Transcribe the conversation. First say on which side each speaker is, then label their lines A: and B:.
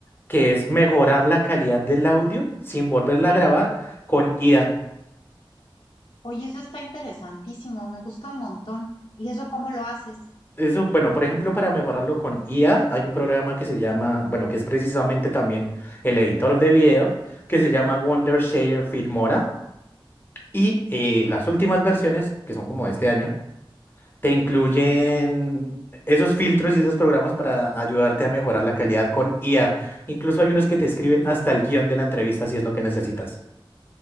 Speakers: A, on the left; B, on the left.
A: que es mejorar la calidad del audio sin volverla a grabar con IA.
B: Oye, eso está interesantísimo, me gusta un montón. ¿Y eso cómo lo haces?
A: Eso, bueno, por ejemplo, para mejorarlo con IA, hay un programa que se llama, bueno, que es precisamente también el editor de video, que se llama Wondershare Filmora. Y eh,
B: Ah,
A: las últimas versiones, que son como de este año, te incluyen esos filtros y esos programas para ayudarte a mejorar la calidad con IA. Incluso hay unos que te escriben hasta el guión de la entrevista si es lo que necesitas.